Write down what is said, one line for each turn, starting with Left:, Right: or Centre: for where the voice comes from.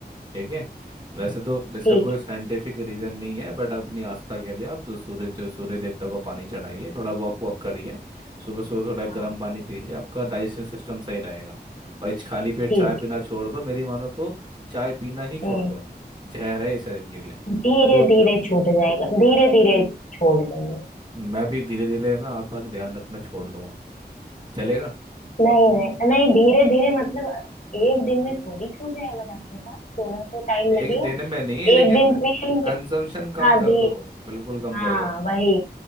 Right: ठीक है वैसे
Left: अच्छा
Right: तो इसका
Left: ठीक
Right: कोई
Left: है
Right: साइंटिफिक रीजन नहीं है बट अपनी आस्था के लिए आप सू- सूर्य जो सूर्य देवता को पानी चढ़ाइए थोड़ा वॉक वॉक करिए सुबह सुबह थोड़ा
Left: हाँ
Right: गर्म पानी पीजिए आपका डाइजेशन सिस्टम सही रहेगा और इस खाली पेट
Left: ठीक
Right: चाय पीना छोड़ दो मेरी मानो तो चाय पीना ही छोड़
Left: है। हम्म
Right: दो जहर है ये शरीर के लिए
Left: धीरे
Right: दूध
Left: धीरे
Right: पियो
Left: छूट जाएगा धीरे धीरे छोड़ देंगे
Right: मैं भी धीरे धीरे ना आपका ध्यान रखना छोड़ दूंगा चलेगा
Left: नहीं नहीं नहीं धीरे धीरे मतलब एक दिन में थोड़ी छूट जाएगा डॉक्टर साहब थोड़ा तो टाइम लगेगा
Right: एक दिन में नहीं लेकिन
Left: एक दिन पिएंगे
Right: कंजम्पशन कम
Left: हाँ
Right: कर
Left: धी
Right: दो बिल्कुल कम
Left: हाँ
Right: कर दो
Left: वही